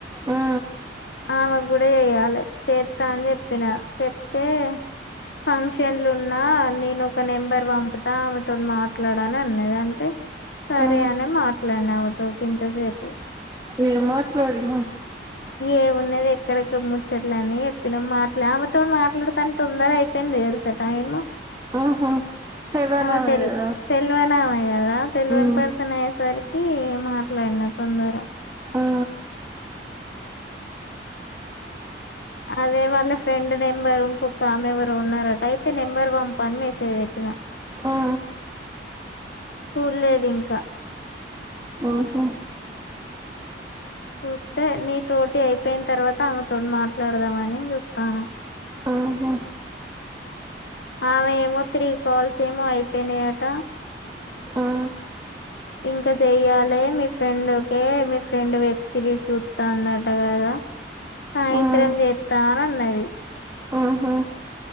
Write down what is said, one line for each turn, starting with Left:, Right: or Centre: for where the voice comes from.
Right: ఆ ఆ
Left: ఆమెకు కూడా చేయాలె చేస్తా అని చెప్పిన చెప్తే ఫంక్షన్లు ఉన్నా నేను ఒక నెంబర్ పంపుతా ఆమెతోో మాట్లాడ అని అన్నది అంటే సరే
Right: ఆ
Left: అనే మాట్లాడిన ఆమెతోటి ఇంతసేపు
Right: ఏమో చూడ్ను
Left: ఏమున్నదె ఎక్కడక్కడ ముచ్చోట్లన్ని ఎప్పిన మాట్లా ఆమెతోో మాట్లాడుతాని తొందర అయిపోయింది తెలుస టైము
Right: ఆహా తెలవనామె
Left: అ తెల్
Right: కదా
Left: తెల్వనామె కదా తెల్వన్
Right: ఉమ్
Left: పర్సన్ అయి సరికి మాట్లాడిన తొందర
Right: ఆ
Left: అదే వాళ్ళ ఫ్రెండ్ నెంబర్ ఇంకొకామె ఎవరు ఉన్నారట అయితే నెంబర్ పంపని మేసేజ్ పెట్ారు ఇగ
Right: ఆ
Left: చూడ్లేదు ఇంకా
Right: ఆహా
Left: చూస్తే నీ తోటి అయిపోయిన తర్వాత ఆమెతోోని మాట్లాడదామని చూతాను
Right: ఆహా
Left: ఆమె ఏమో త్రీ కాల్స్ ఏమో అయిపోయినయట
Right: ఆ
Left: ఇంకా చెయ్యాలే మీ ఫ్రెండ్ కే మీ ఫ్రెండ్ వెబ్ సిరీస్ చుత్తాందట కదా సాయంత్రం
Right: ఆ
Left: చెత్తా అనన్నది
Right: ఆహా